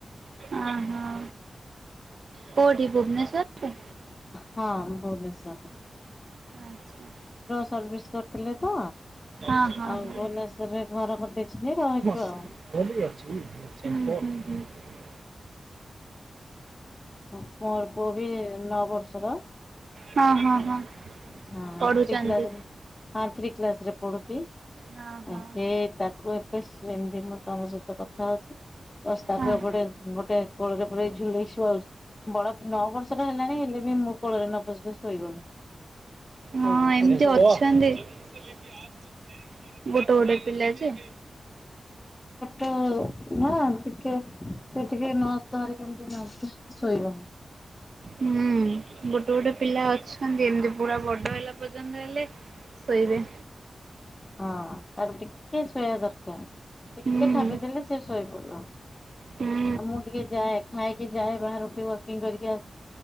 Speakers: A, on the right; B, on the left.
A: ଓ ହଁ। କୋଉଠି ଭୁବନେଶ୍ୱର ରେ?
B: ହଁ ଭୁବନେଶ୍ୱର।
A: ଆଚ୍ଛା।
B: ସର୍ଭିସ କରିଥିଲେ ତ,
A: ହଁ ହଁ
B: ଆଉ
A: ହଁ।
B: ଭୁବନେଶ୍ଵରରେ ଘର କରିଦେଇଛନ୍ତି ରହିଛୁ
A: ହୁଁ
B: ଆଉ।
A: <unintelligible>
B: ମୋର ପୁଅ ବି ନଅ ବର୍ଷର।
A: ହଁ ହଁ
B: ଆଉ
A: ହଁ
B: ହଁ
A: ପଢୁଛନ୍ତି
B: ଥ୍ରୀ କ୍ଲାସ୍ ରେ ହଁ ଥ୍ରୀ କ୍ଲାସରେ ପଢୁଛି।
A: ହଁ ହଁ
B: ଆ ସେ ତାକୁ ଏବେ ସେମିତି ମୁଁ ତମ ସହିତ କଥା ହଉଛି ରାସ୍ତାକୁ
A: ହଁ।
B: ଏପଟେ ଗୋଟେ କୋଳରେ ପୁରେଇ ଝୁଲେଇ ସୁଆଉଛି। ବଡ ନଅ ବର୍ଷ ର ହେଲାଣି ହେଲେ ବି ମୋ କୋଳରେ ନ ପସିଲେ ଶୋଇବନି। ଶୋଇବ
A: ହଁ ଏମତି
B: ତାକୁ ଶୋଇବ।
A: ଅଛନ୍ତି ଗୋ ଗୋଟେ ଗୋଟେ ପିଲା ଯେ।
B: ତ ନା ଟିକେ ସେ ଟିକେ ନ ଧରିକି କେମିତି <unintelligible> ଶୋଇବ।
A: ହୁଁ ଗୋଟେ ଗୋଟେ ପିଲା ଅଛନ୍ତି ଏମତି ପୁରା ବଡ ହେଲା ପର୍ଯ୍ୟନ୍ତ ହେଲେ ଶୋଇବେ।
B: ହଁ ତାର ଟିକେ ଶୋଇବା ଦରକାର। ଟିକେ
A: ହୁଁ
B: ଥାପିଦେଲେ ଶେ ଶୋଇପଡିବ।
A: ହୁଁ
B: ଆଉ ମୁଁ ଟିକେ ଯାଏ ଖାଇକି ଯାଏ ବାହାରୁ ଟିକେ ୱାକିଂ କରିକି ଆ